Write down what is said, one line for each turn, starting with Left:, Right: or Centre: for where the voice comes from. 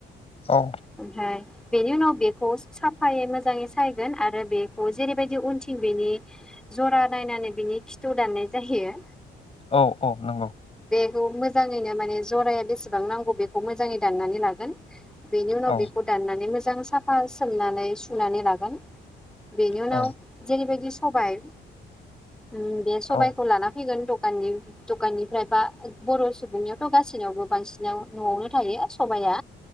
Left: औ
Centre: ओमफ्राय बेनि उनाव बेखौ साफायै मोजाङै सायगोन आरो बेखौ जेरैबायदि उनथिं बेनि जरा नायनानै बिनि खिथु दाननाय जाहैयो
Left: औ औ नंगौ।
Centre: बेखौ मोजाङैनो माने जराया बेसेबां नांगौ बेखौ मोजाङै दाननानै लागोन बेनि उनाव
Left: औ
Centre: बेखौ दाननानै मोजां सिगां साफा सोमनानै सुनानै लागोन। बेनि उनाव
Left: औ
Centre: जेरैबायदि सि सबाइ उम बे सबाइखौ
Left: औ
Centre: लाना फैगोन दग काननि दकाननि ओमफ्रायबा बर सुबुंनियावथ गासैनियावबो बांसिनाव नआवनो थायो सबाइया